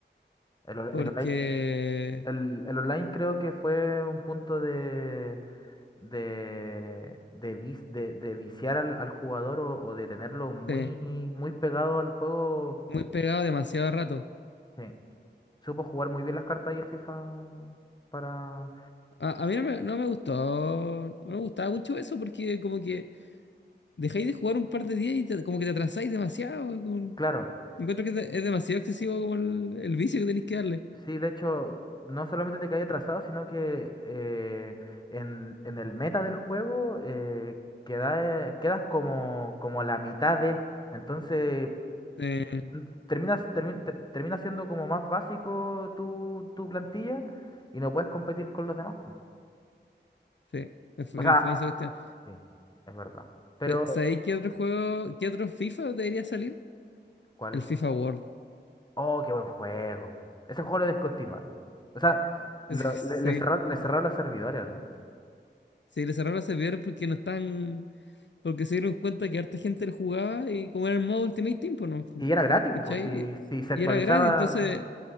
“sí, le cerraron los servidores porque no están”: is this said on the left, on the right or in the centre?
Left